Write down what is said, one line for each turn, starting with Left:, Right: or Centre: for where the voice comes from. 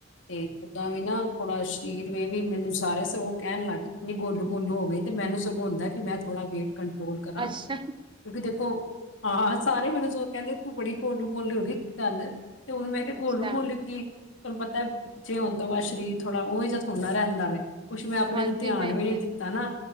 Left: 'ਤੇ ਓਦਾਂ ਵੀ ਨਾ ਥੋੜਾ ਸਰੀਰ ਵੇ ਵੀ ਮੈਨੂੰ ਸਾਰੇ ਸਗੋਂ ਕੈਂਨ ਲਾਗੇ ਕਿੰਨੀ ਗੋਲੂ ਮੋਲੂ ਹੋਗੇ 'ਤੇ ਮੈਨੂੰ ਸਗੋਂ ਹੁੰਦਾ ਕਿ ਮੈਂ ਥੋੜਾ ਵੇਟ ਕੰਟਰੋਲ ਕਰਾਂ,
Right: ਅੱਛਾ
Left: ਕਿਉਂਕਿ ਦੇਖੋ ਹਾਂ ਸਾਰੇ ਮੈਨੂੰ ਸਗੋਂ ਕੈਂਦੇ ਤੂੰ ਬੜੀ ਗੋਲੂ ਮੋਲੂ ਹੋਗੀ ਕੀ ਗੱਲ 'ਤੇ ਹੁਣ ਮੈਂ ਕੇਆ
Right: ਅੱਛਾ
Left: ਗੋਲੂ ਮੋਲੂ ਕੀ ਤੁਹਾਨੂੰ ਪਤੈ ਬੱਚੇ ਹੋਣ ਤੋਂ ਬਾਅਦ ਸ਼ਰੀਰ ਥੋੜਾ ਉਈ ਜਾ ਥੋੜਾ ਨਾ ਰੈਂਦਾ ਵੇ। ਕੁਛ ਮੈਂ ਆਪਣੇ
Right: ਹਾਂਜੀ
Left: 'ਤੇ ਧਿਆਨ
Right: ਨਹੀਂ
Left: ਵੀ ਨੀ
Right: ਨਹੀਂ
Left: ਦਿੱਤਾ ਨਾ।